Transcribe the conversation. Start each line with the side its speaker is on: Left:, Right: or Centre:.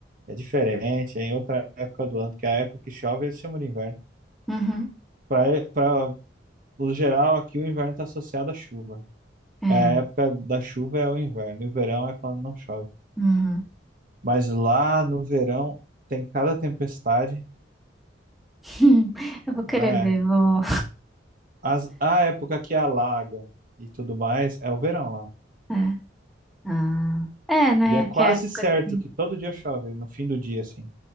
Right: é diferente, é em outra época do ano, porque a época que chove eles chamam de inverno.
Centre: Uhum.
Right: Para o geral, aqui o inverno está associado à chuva.
Centre: É.
Right: É, a época da chuva é o inverno, e o verão é quando não chove.
Centre: Uhum.
Right: Mas lá no verão tem cada tempestade.
Centre: <laughs> Eu vou querer
Right: É,
Centre: ver, vou...
Right: as, a época que alaga e tudo mais é o verão lá.
Centre: É. Ah. É, né?
Right: E é quase
Centre: Que é a época
Right: certo
Centre: que tem.
Right: que todo dia chove, no fim do dia, assim,